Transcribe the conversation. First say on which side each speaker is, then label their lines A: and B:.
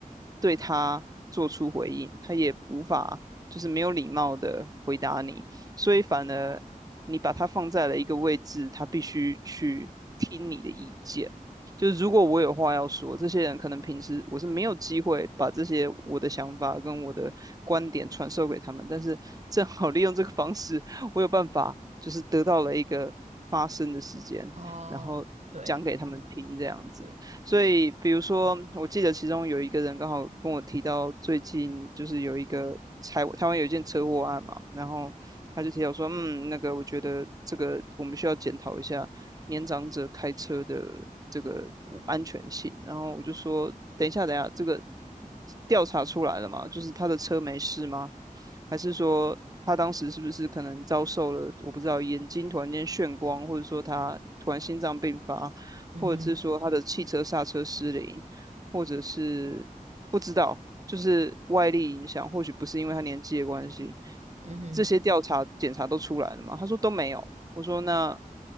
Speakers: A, on the right; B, on the right.
A: 对他做出回应，他也无法就是没有礼貌的回答你，所以反而你把它放在了一个位置，他必须去听你的意见。就是如果我有话要说，这些人可能平时我是没有机会把这些我的想法跟我的观点传授给他们，但是正好利用这个方式，我有办法就是得到了一个发声的时间，
B: 哦，
A: 然后讲给他们听这样子。
B: 对对，
A: 所以，比如说，我记得其中有一个人刚好跟我提到，最近就是有一个台台湾有一件车祸案嘛，然后他就提到说，嗯，那个我觉得这个我们需要检讨一下年长者开车的这个安全性。然后我就说，等一下，等一下，这个调查出来了吗？就是他的车没事吗？还是说他当时是不是可能遭受了我不知道眼睛突然间眩光，或者说他突然心脏病发，
B: 嗯哼
A: 或者是说他的汽车刹车失灵，或者是不知道，就是外力影响，或许不是因为他年纪的关系，
B: 嗯哼
A: 这些调查检查都出来了嘛？他说都没有。我说那